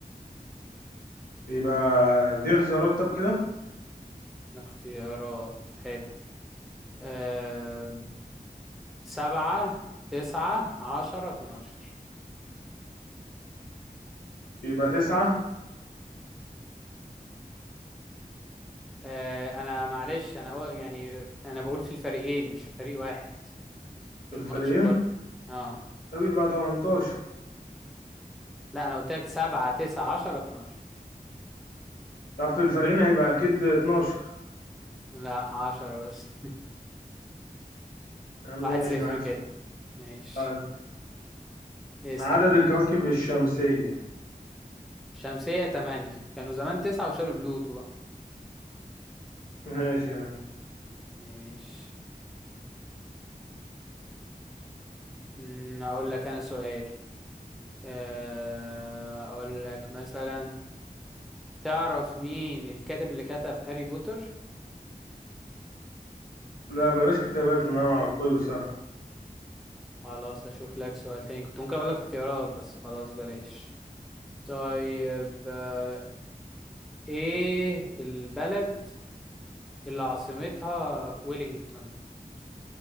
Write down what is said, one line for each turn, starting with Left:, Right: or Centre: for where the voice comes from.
Left: بيبقى دي الاختيارات طب كده
Centre: اختيارات حلو آم، سبعة تسعة عشرة اتناشر
Left: بيبقى تسعة
Centre: آه، أنا معلش أنا أو- يعني أنا بقول في الفريقين مش في فريق واحد في
Left: في
Centre: الماتش
Left: الفريقين
Centre: كله اه
Left: ده بيبقى 18
Centre: لا أنا قلت لك سبعة تسعة عشرة اتناشر
Left: طب في الفريقين هيبقى أكيد 12
Centre: لا عشرة بس <laughs>
Left: يا عم
Centre: واحد
Left: ماشي
Centre: صفر
Left: واحد
Centre: كده
Left: صفر
Centre: ماشي
Left: طيب
Centre: اسأل
Left: عدد
Centre: يا معلم
Left: الكواكب الشمسية
Centre: شمسية تمانية كانوا زمان تسعة وشالوا بلوتو بقى
Left: ماشي يا عم
Centre: ماشي أمم، أقول لك أنا سؤال آه، أقول لك مثلا تعرف مين الكاتب اللي كتب هاري بوتر
Left: لا بلاش كتابات إن أنا معرفهاش بصراحة
Centre: خلاص اشوف لك سؤال تاني كنت ممكن اقول لك اختيارات بس خلاص بلاش طيب آه، ايه البلد اللي عاصمتها ويلينغتون